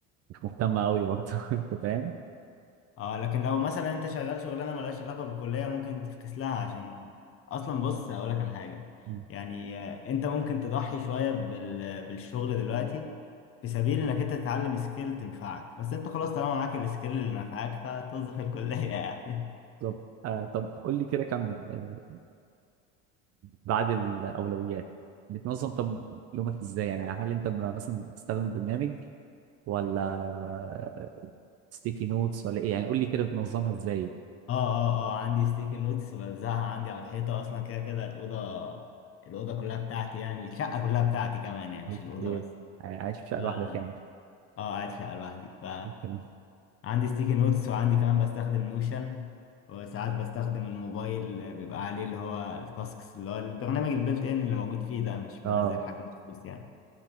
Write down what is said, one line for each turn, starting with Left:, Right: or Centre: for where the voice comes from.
Right: مش مهتم أوي برضه <laughs> أنت فاهم؟
Left: اه لكن لو مثلا انت شغال شغلانه ملهاش علاقه بالكليه ممكن تفكس لها عشان اصلا بص هقولك على حاجه
Right: مم.
Left: يعني آه، انت ممكن تضحي شويه بال... بالشغل دلوقتي في سبيل انك انت تتعلم سكيل تنفعك بس انت خلاص طالما معاك السكيل اللي نفعك فتوظف الكليه يعني
Right: طب آه طب قول لي كده كمل آه بعد الأولويات بتنظم طب يومك ازاي يعني هل انت مثلا بتستخدم برنامج ولا ستيكي نوتس ولا ايه يعني قول لي كده بتنظمها ازاي
Left: <laughs> اه اه اه عندي ستيكي نوتس بلزقها عندي على الحيطه اصلا كده كده الاوضه الاوضه كلها بتاعتي يعني الشقه كلها بتاعتي كمان يعني
Right: أوكي.
Left: مش الاوضه بس
Right: عايش في شقه
Left: ف...
Right: لوحدك
Left: اه
Right: يعني
Left: قاعد في شقه لوحدي ف
Right: ممكن. إيه؟
Left: عندي ستيكي نوتس وعندي كمان بستخدم نوشن وساعات بستخدم الموبايل بيبقى عليه اللي هو التاسكس اللي هو البرنامج البلت ان اللي موجود فيه ده مش بنزل
Right: اه
Left: حاجة مخصوص يعني